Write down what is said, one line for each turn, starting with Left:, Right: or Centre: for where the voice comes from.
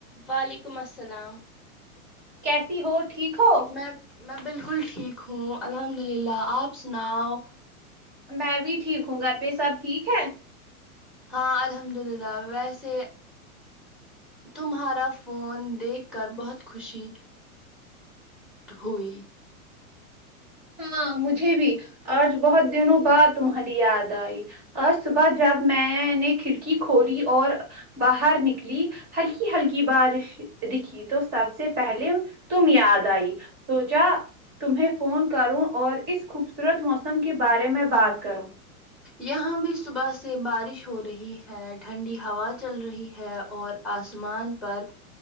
Centre: وعلیکم السلام
Right: کیسی ہو ٹھیک ہو
Centre: میں میں بالکل ٹھیک ہوں الحمد للہ آپ سناؤ
Right: میں بھی ٹھیک ہوں گھر پہ سب ٹھیک ہے
Centre: ہاں الحمد للہ ویسے تمہارا فون دیکھ کر بہت خوشی ہوئی
Right: ہاں مجھے بھی آج بہت دنوں بعد تمہاری یاد آئی آج صبح جب میں نے کھڑکی کھولی اور باہر نکلی ہلکی ہلکی بارش دکھی تو سب سے پہلے تم یاد آئی سوچا تمہیں فون کروں اور اس خوبصورت موسم کے بارے میں بات کروں
Centre: یہاں بھی صبح سے بارش ہو رہی ہے ٹھنڈی ہوا چل رہی ہے اور آسمان پر